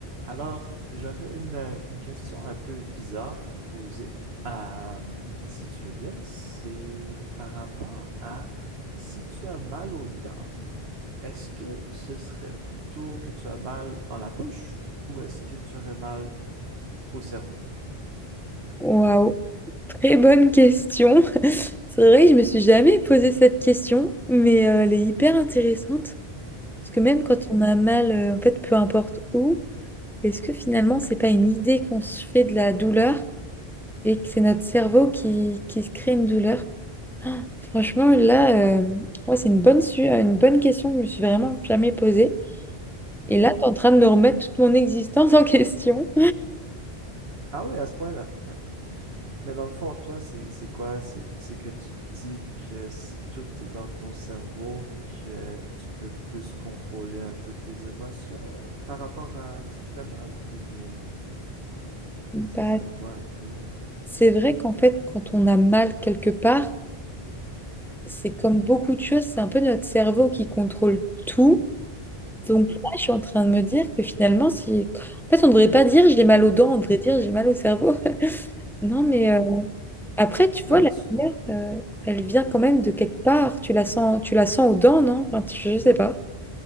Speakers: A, on the right (about 70°); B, in the centre.
A: Alors, j'aurais une, euh, une question un peu bizarre à te poser. Euh, si tu veux bien, c'est par rapport à si tu as mal aux dents, est-ce que ce serait plutôt que tu as mal dans la bouche ou est-ce que tu aurais mal au cerveau?
B: Waouh, très bonne question. <laughs> C'est vrai que je me suis jamais posé cette question, mais euh, elle est hyper intéressante. Parce que même
A: Mhm.
B: quand on a mal, euh, en fait, peu importe où, est-ce que finalement, c'est pas une idée qu'on se fait de la douleur et que c'est notre cerveau qui, qui se crée une douleur? Ah, franchement, là, euh, ouais, c'est une bonne, su- euh, une bonne question que je me suis vraiment jamais posée.
A: Mhm.
B: Et là, tu es en train de me remettre toute mon existence en <laughs> question.
A: Ah oui, à ce point-là. Ouais. Mais dans le fond, toi, c'est c'est quoi? C'est c'est que tu dis que si tout est dans ton cerveau, que tu peux plus contrôler un peu tes émotions par rapport à ce qui fait mal, ou bien ce
B: Bah,
A: serait quoi un peu? <laughs>
B: c'est vrai qu'en fait, quand on a mal quelque part, c'est comme beaucoup de choses, c'est un peu notre cerveau qui contrôle tout. Donc là, je suis en train de me dire que finalement, si... En fait, on ne devrait pas dire j'ai mal aux dents, on devrait dire j'ai mal au cerveau. <laughs> Non, mais euh, après, tu
A: Ben,
B: vois, la
A: tu,
B: lumière, euh, elle vient quand même de quelque part. Tu la sens, tu la sens aux dents, non? Enfin, tu- je sais pas.